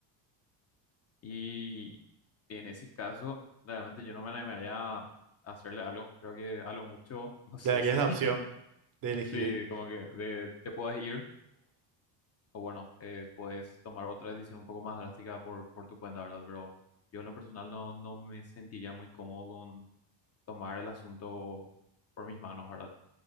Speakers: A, on the left (about 30°); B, on the right (about 45°).
A: Y en ese caso, realmente yo no me animaría a hacerle algo. Creo que a lo mucho, <laughs> no sé
B: Le darías
A: si,
B: la
A: <laughs>
B: opción de elegir
A: si como que de, te puedes ir o bueno, eh, puedes tomar otra decisión un poco más drástica por, por tu cuenta, ¿verdad? Pero yo en lo personal no, no me sentiría muy cómodo con tomar el asunto por mis manos, ¿verdad?